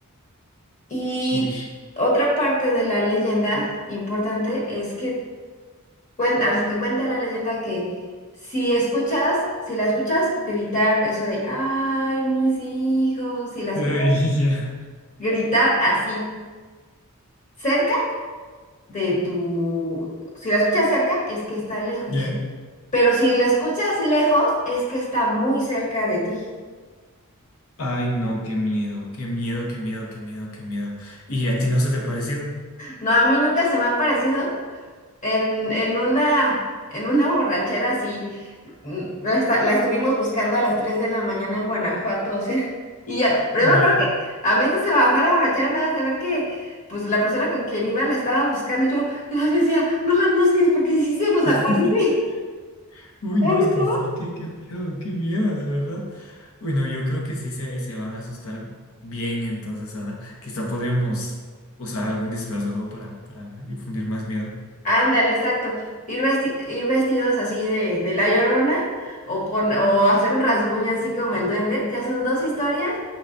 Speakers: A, on the left (about 35°); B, on the left (about 70°).
A: Y
B: Uy.
A: otra parte de la leyenda importante es que cuen- así que cuenta la leyenda que si escuchas, si la escuchas gritar eso de, ay, mis hijos, si la escuchas
B: Ay, <laughs> ya.
A: gritar así, cerca de tu... Si la escuchas cerca, es que está lejos.
B: ¿Ya?
A: Pero si la escuchas lejos, es que está muy cerca de ti.
B: Ay, no, qué miedo, qué miedo, qué miedo, qué miedo, qué miedo. ¿Y a ti no se te pareció?
A: No, a mí nunca se me ha parecido en, en una, en una borrachera así. mm, La, esta- la estuvimos buscando a las 3 de la mañana en Guanajuato, o sea. <laughs> Y ya, pero
B: ¿Ya?
A: yo me acuerdo que a mí esto se bajó a la borrachera nada más de ver que pues la persona con quien iba la estaba buscando. y Yo nada más decía, no la busques porque si se nos
B: <laughs>
A: aparece. <laughs>
B: Uy,
A: ¿Dónde
B: no, es
A: estaba?
B: que sí, qué, qué miedo, qué miedo, la verdad. Bueno, yo creo que sí se, se van a asustar bien, entonces ahora quizá podríamos usar algún disfraz o algo para, para infundir más miedo.
A: Ándale, exacto. Ir, vesti- ir vestidos así de, de La Llorona o, pon- o hacer un rasguño así como el duende. Ya son dos historias